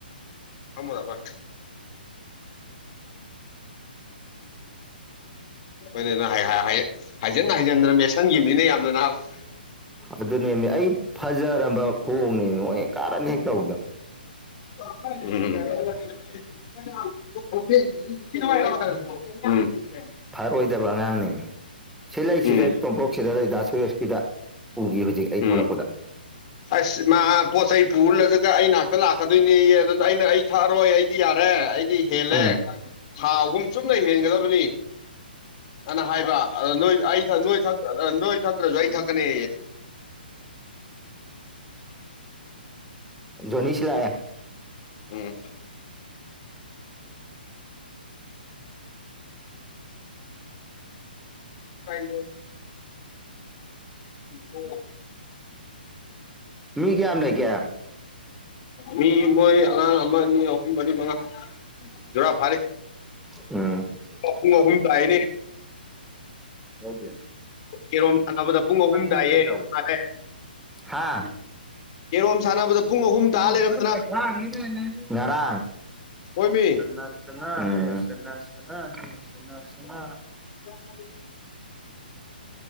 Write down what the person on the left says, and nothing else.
ꯑꯃꯗꯕ ꯍꯣꯏ ꯍꯥꯏꯖꯤꯟ ꯍꯥꯏꯖꯤꯟꯗꯅ ꯃꯦꯁꯟꯒꯤꯅꯤꯅ ꯌꯥꯝꯅ ꯅꯍ
<unintelligible> ꯐ
ꯎꯝ
ꯎꯝ
ꯑꯁ ꯃꯥ ꯄꯣꯠ ꯆꯩ ꯄꯨꯔꯜꯂꯁꯤꯒ ꯑꯩ ꯉꯥꯛꯇ ꯂꯥꯛꯀꯗꯣꯏꯅꯦ ꯑꯗꯨꯅ ꯑꯩꯅ ꯑꯩ ꯊꯛꯑꯔꯣꯏ ꯑꯩꯗꯤ ꯌꯥꯔꯦ ꯑꯩꯗꯤ ꯍꯦꯜꯂꯦ
ꯊꯥ ꯑꯍꯨꯝ ꯆꯨꯝꯅ ꯍꯦꯟꯒꯗꯕꯅꯤ ꯑꯅ ꯍꯥꯏꯕ ꯑ ꯅꯣꯏ ꯑꯩ ꯊ ꯅꯣꯏ ꯊ ꯅꯣꯏ ꯊꯇ꯭ꯔꯁꯨ ꯑꯩ ꯊꯛꯀꯅꯦ
ꯎꯝ <unintelligible> ꯎ
ꯃꯤ ꯃꯣꯏ ꯑꯉꯥꯡ ꯑꯃ ꯑꯅꯤ ꯑꯍꯨꯝ ꯃꯔꯤ ꯃꯉꯥ ꯖꯨꯔꯥ ꯐꯥꯔꯤ
ꯄꯨꯡ
ꯑꯍꯨꯝ ꯇꯥꯏꯅꯦ
ꯀꯦꯔꯣꯝ ꯁꯥꯟꯅꯕꯗ ꯄꯨꯡ ꯑꯍꯨꯝ
ꯇꯥꯏꯌꯦ
ꯃꯥꯅꯦ
ꯀꯦꯔꯣꯝ ꯁꯥꯟꯅꯕꯗ ꯄꯨꯡ ꯑꯍꯨꯝ
ꯇꯥ ꯂꯩꯔꯝꯗꯅ
ꯍꯣꯏꯃꯤ
ꯀꯝꯦ